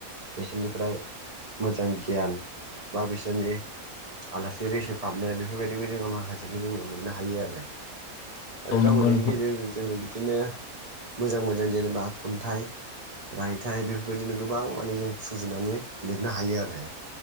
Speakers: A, on the right; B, on the left.
A: बिसोरनिफ्राय मोजां गियान बा बिसोरनि आलासि रिसिभ खालामनाय बेफोरबायदिखौ जोङो माखासेखौ जोङो मोननो हायो आरो। आरो
B: औ नंगौ
A: दावबायनायनि
B: नोंथां
A: गेजेरजों जोङो बिदिनो मोजां मोजां जेनेबा खन्थाइ रायथाइ बेफोरबायदिनो गोबां माने जों सुजुनानै लिरनो हायो आरो।